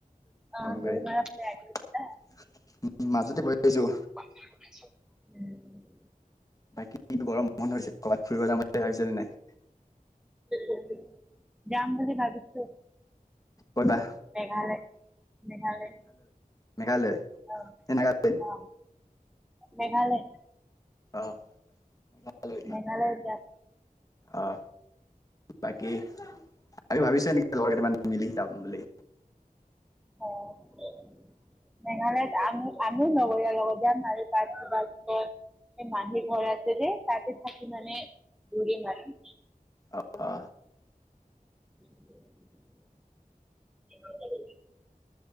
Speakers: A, in the centre; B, on the left (about 25°).
A: আহ
B: <unintelligible>
A: দৈমাৰা ফালে আহিছিলা?
B: উম মাজতে বহি পাইছো।
A: <unintelligible>
B: বাকী বৰ মন হৈছে ক'ৰবাত ফুৰিব যাম বুলি ভাবিছানে নাই?
A: উম যাম বুলি ভাবিছো।
B: কৈবা?
A: মেঘালয়। মেঘালয়
B: মেঘালয়
A: অ
B: নে নাগালেণ্ড
A: অ। মেঘালয়।
B: অহ মেঘালয়
A: মেঘালয়ত যাম।
B: অহ। বাকী আমি ভাবিছ নেকি লগ মানে মিলি যাম বুলি?
A: অ কি মেঘালয়ত আমি আমিও লগৰীয়াৰ লগত যাম আৰু তাৰ তাৰপিছত এ মাহি ঘৰ আছে যে তাতে থাকি মানে ঘুৰিম আৰু।
B: অ অ।
A: <unintelligible>